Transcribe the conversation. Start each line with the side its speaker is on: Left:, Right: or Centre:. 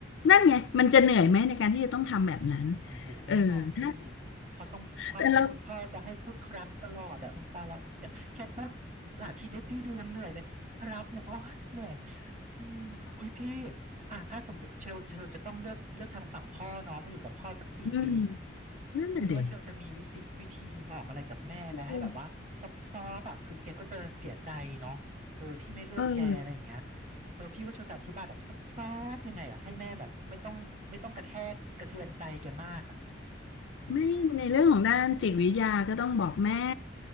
Left: นั่นไงมันจะเหนื่อยไหมในการที่จะต้องทำแบบนั้น
Right: โอ้โหแน่นอนพี่
Left: เออถ้า
Right: เขาต้องครับคุณพ่อจะให้พูดครับตลอดอ่ะอุ้ยตายแล้วเนี่ยแค่พูดสานที่ได้พี่ดูยังเหนื่อยเลยครับเนี่ยโอ้ยเหนื่อย
Left: แต่เรา
Right: อืมอุ้ยพี่อ่ะถ้าสมมติเชลเชลจะต้องเลือกเลือกทางฝั่งพ่อเน้องมาอยู่กับพ่อสักสี่ปี
Left: อืม นั่นน่ะดิ
Right: พี่ว่าเชลจะมีวิธีวิธีบอกอะไรกับแม่ไหมให้แบบว่าซอบซอบอ่ะคือแกก็จะเสียใจเนาะเออที่ไม่เลือกแกอะไรอย่างเงี้ย
Left: เออเออ
Right: เออพี่ว่าเชลจะอธิบายแบบซับซ้อบๆยังไงอะให้แม่แบบไม่ต้องไม่ต้องกระแทกกระเทือนใจแกมากอะ
Left: ไม่ในเรื่องของด้านจิตวิทยาก็ต้องบอกแม่